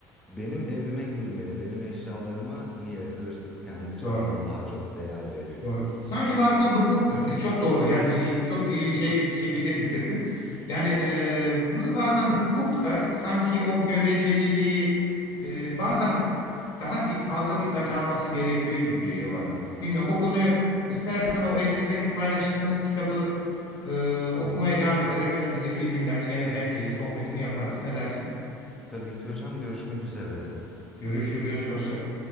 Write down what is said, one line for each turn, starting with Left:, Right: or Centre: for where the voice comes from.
Centre: benim evime girmeye, benim eşyalarıma niye hırsız kendi canından
Left: Doğru.
Centre: daha çok değer veriyor?
Left: Doğru. Sanki bazen hukuk <laughs> çok doğru yani şey, çok ilgi şey bir şekilde bitirdin. Yani e, burada bazen hukuk da sanki o göreceliliği e, bazen daha dik fazla dikkate alması gerekiyor gibi geliyor bana. Bilmiyorum bu konuyu istersen o elimizdeki paylaştığımız kitabı e, okumaya
Centre: <laughs>
Left: devam ederek önümüzdeki günlerde gene denk gelir sohbetini yaparız. Ne dersin?
Centre: Tabii ki hocam görüşmek üzere derim.
Left: Görüşürüz. Hoşça kal.